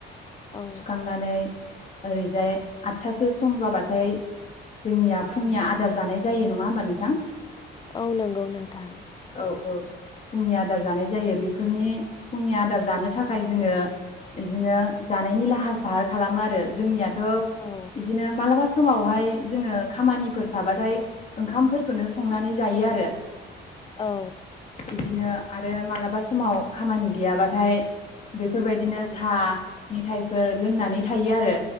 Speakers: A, on the left (about 25°); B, on the left (about 40°).
A: औ
B: सुखांनानै ओरैजाय आदथासो सम जाबाथाय जोंनिया फुंनिया आदार जानाय जायो नङा होमबा नों
A: औ नोंगौ नोंथां।
B: औ-औ फुंनि आदार जानाय जायो बेफोरनि फुंनि आदार जानो थाखाय जोङो इदिनो जानायनि लाहार फाहार खालामो आरो जोंनिया थ'
A: औ
B: इदिनो मालाबा समावहाय जोङो खामानिफोर थाबाथाय ओंखामफोरखौनो संनानै जायो <unintelligible>
A: औ।
B: बिदिनो आरो मालाबा समाव खामानि गैयाबाथाय बेफोरबायदिनो
A: औ
B: सा मिथायाइफोर लोंनानै थायो आरो।